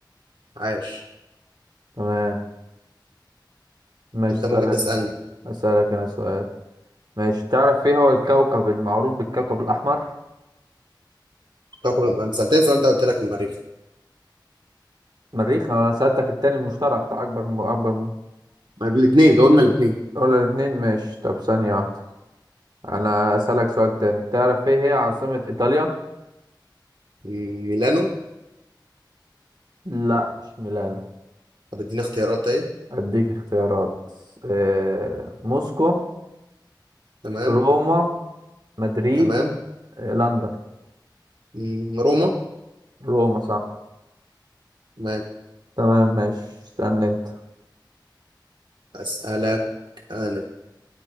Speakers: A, on the right; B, on the right.
A: عاش
B: تمام ماشي
A: انت
B: اسألك
A: ممكن تسالني
B: اسألك انا سؤال ماشي تعرف ايه هو الكوكب المعروف بالكوكب الاحمر
A: كوكب الم- انت سالتني السؤال ده قلت لك المريخ
B: مريخ انا سألتك التاني المشترك بتاع اكبر م... اكبر م...
A: الاثنين جاوبنا الاثنين
B: ولا الاتنين ماشي طب ثانية واحدة انا اسألك سؤال تاني تعرف ايه هي عاصمة ايطاليا
A: مم، ميلانو
B: لا مش ميلانو
A: طب اديني اختيارات طيب
B: اديك اختيارات آه... موسكو
A: تمام
B: روما مدريد
A: تمام
B: آه... لندن
A: مم، روما
B: روما صح
A: تمام
B: تمام ماشي استنى انت
A: اسالك انا